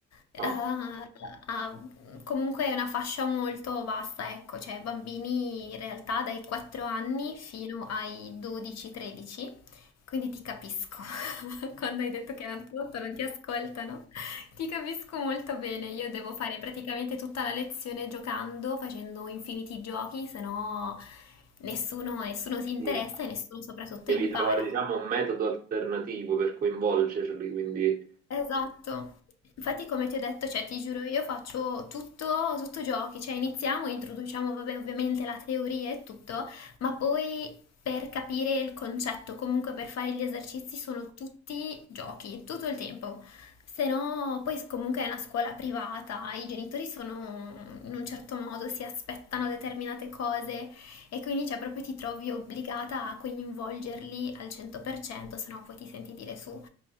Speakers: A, on the left; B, on the right.
A: eh,
B: No,
A: a- comunque è una fascia molto vasta, ecco, cioè bambini in realtà dai 4 anni fino ai 12-13, quindi ti capisco <laughs> quando hai detto che non, non ti ascoltano. Ti capisco molto bene, io devo fare praticamente tutta la lezione giocando, facendo infiniti giochi, se no nessuno, nessuno si interessa
B: sì.
A: e nessuno soprattutto
B: Devi
A: impara.
B: trovare, diciamo, un metodo alternativo per coinvolgerli, quindi
A: Esatto. Infatti, come ti ho detto, cioè, ti giuro, io faccio tutto, tutto giochi, cioè iniziamo, introduciamo, vabbè, ovviamente la teoria e tutto, ma poi per capire il concetto, comunque per fare gli esercizi sono tutti giochi, tutto il tempo. Se no, poi comunque è una scuola privata, i genitori sono in un certo modo, si aspettano determinate cose, e quindi cioè proprio ti trovi obbligata a coinvolgerli al 100%, se no poi ti senti dire su.